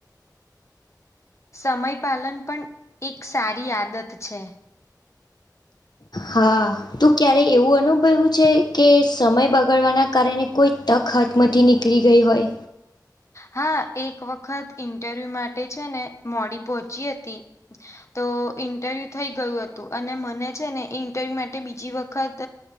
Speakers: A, on the left; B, on the left.
A: સમય પાલન પણ એક સારી આદત છે.
B: હા ત ક્યારે એવું અનુભવું છે કે સમય બગાડવાના કારણે કોઈ હાથમાથી નીકળી ગઈ હોય.
A: હા એક વખત ઇન્ટરવ્યુ માટે છે ને મોડી પહોંચી હતી. તો ઇન્ટરવ્યુ થઈ ગયું હતું અને મને છે ને એ ઇન્ટરવ્યૂ માટે બીજી વખત